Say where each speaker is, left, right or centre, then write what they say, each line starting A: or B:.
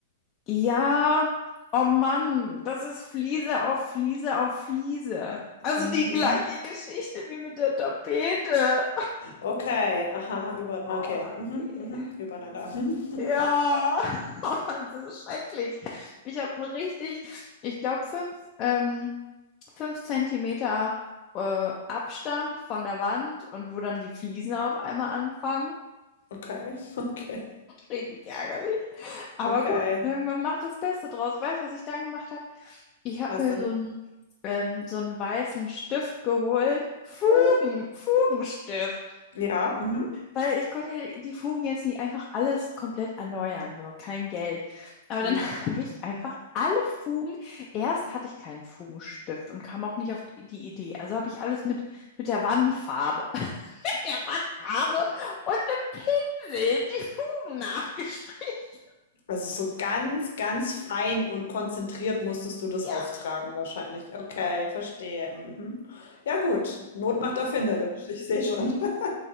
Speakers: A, on the left; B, on the left.
A: Ja, oh Mann, das ist Fliese auf Fliese auf Fliese. Also
B: Mhm.
A: die gleiche Geschichte wie mit der Tapete.
B: Okay, aha, über,
A: Oh
B: okay, mhm,
A: nee.
B: mhm, übereinander. Mhm.
A: Ja, <laughs> oh Mann, das ist schrecklich. Ich habe richtig, ich glaube, fünf, ähm, fünf Zentimeter äh, Abstand von der Wand und wo dann die Fliesen auf einmal anfangen.
B: Okay, <laughs> okay,
A: Richtig ärgerlich. Aber
B: okay.
A: gut, ne, man macht das Beste draus. Weißt du, was ich dann gemacht habe? Ich habe
B: Was
A: mir
B: denn?
A: so einen, ähm, so einen weißen Stift geholt. Fugen, Fugenstift.
B: Ja, mhm.
A: Weil ich konnte ja die Fugen jetzt nicht einfach alles komplett erneuern, so kein Geld. Aber
B: Mhm.
A: dann <laughs> habe ich einfach alle Fugen, erst hatte ich keinen Fugenstift und kam auch nicht auf die die Idee. Also habe ich alles mit, mit der Wandfarbe, <laughs> der Wandfarbe und einem Pinsel die Fugen nachgestrichen. <laughs>
B: Also so ganz, ganz fein und konzentriert musstest du das
A: Ja,
B: auftragen wahrscheinlich. Okay, verstehe. Mhm. Ja gut, Not
A: Mann.
B: macht erfinderisch, ich sehe schon.
A: Mhm.
B: <laughs>